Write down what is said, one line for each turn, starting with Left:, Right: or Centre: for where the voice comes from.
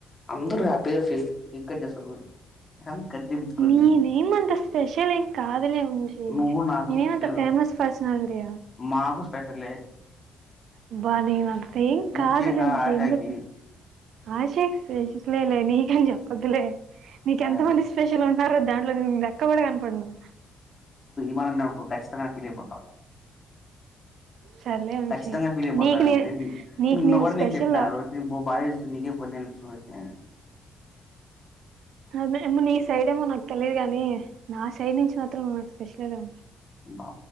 Left: అందరూ హ్యాపీగా ఫిస్ కేక్ కట్ చేస్తానన్నాడు సర్నె కట్ చేపించుకొని
Right: నేనేమంత స్పెషల్ ఏం కాదులే వంశీ
Left: నువ్వు నాకు
Right: నేనేమంత
Left: స్పెషల్
Right: ఫేమస్
Left: <unintelligible>
Right: పర్సనాలిటీ
Left: మాకు స్పెషలె
Right: బ్బా నె వంశీ
Left: ముఖ్యంగా
Right: కాదులే వంశీ
Left: ఆశాకి
Right: ఎందుకి? ఆశేక్ స్పెషతలే లే నీకని చెప్పొద్దులే నీక
Left: ఆ
Right: ఎంత మంది స్పెషల్ ఉన్నారో దంట్లో నేను లెక్క గూడ కనపడను.
Left: మ నువ్వు ఖచ్చితంగా ఫీలైపోతావు.
Right: సర్లే వంశీ
Left: కచ్చితంగా ఫీలైపోతావు
Right: నీకు నే నీకు
Left: మొ
Right: నేను
Left: నువ్వెవరు
Right: స్పెషల్
Left: నీకు చేప్పినారు. ఆరోజు పోకు బాయ్స్ నికే పది నెల్లు <unintelligible>
Right: అదె ఎమో నీ సైడ్ ఏమో నాకు తెలియదు గాని, నా సైడ్ నుంచి మాత్రం నాకు స్పెషలె లె రా
Left: నొ